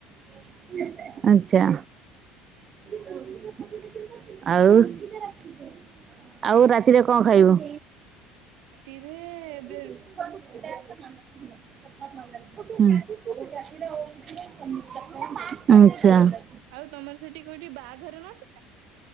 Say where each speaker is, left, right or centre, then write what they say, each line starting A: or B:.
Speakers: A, on the right; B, on the right.
A: <inaudible> ଆଚ୍ଛା। <inaudible> ଆଉ <inaudible> ଆଉ ରାତିରେ କଣ ଖାଇବ। <inaudible>
B: ତିରେ
A: ଛୁଆ ଏଠିକି ଆସେନା। <inaudible> ହୁଁ <inaudible> ଆଚ୍ଛା।
B: ଆଉ ତମର ସେଠି କୋଉଠି ବାହାଘର ନଥିଲା।